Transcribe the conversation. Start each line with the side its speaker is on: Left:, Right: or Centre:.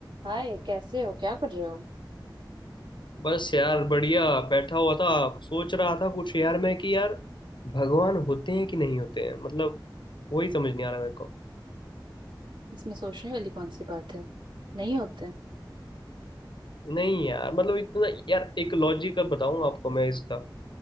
Right: हाय कैसे हो क्या कर रहे हो
Left: बस यार बढ़िया बैठा हुआ था सोच रहा था कुछ यार मैं कि यार भगवान होते हैं कि नहीं होते हैं मतलब वही समझ नहीं आ रहा मेरे को
Right: इसमें सोचने वाली कौन सी बात है नहीं होते हैं
Left: नहीं यार मतलब इतना यार एक लॉजिकल बताऊं आपको मैं इसका